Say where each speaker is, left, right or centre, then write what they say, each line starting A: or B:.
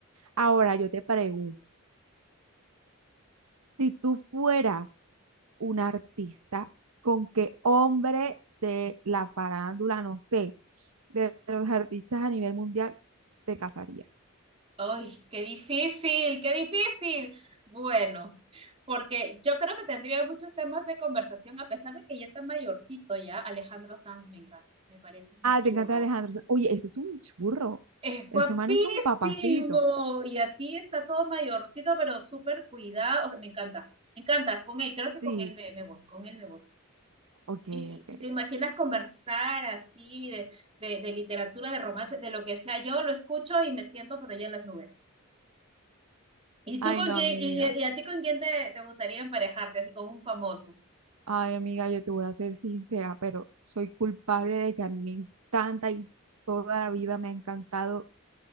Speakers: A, on the right (about 85°); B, on the right (about 25°).
A: Ahora yo te pregunto, si tú fueras un artista, ¿con qué hombre de la farándula, no sé, de los artistas a nivel mundial, te casarías?
B: ¡Ay, qué difícil, qué difícil! Bueno, porque yo creo que tendría muchos temas de conversación, a pesar de que ya está mayorcito ya. Alejandro Sanz me encanta, me parece un
A: Ah,
B: churro.
A: te encanta Alejandro. Sanz. Oye, ese es un churro.
B: Es guapísimo.
A: Ese man es un papacito.
B: Y así está todo mayorcito, pero súper cuidado. O sea, me encanta, me encanta. Con él, creo que con
A: Sí,
B: él me, me voy, con él me voy.
A: ok,
B: Y,
A: ok.
B: y, y te imaginas conversar así de, de, de literatura, de romance, de lo que sea. Yo lo escucho y me siento, pero ya en las nubes. ¿Y
A: Ay,
B: tú con
A: no,
B: quién,
A: amiga.
B: y, y- y a ti con quién te, te gustaría emparejarte, así con un famoso?
A: Ay, amiga, yo te voy a ser sincera, pero soy culpable de que a mí me encanta y toda la vida me ha encantado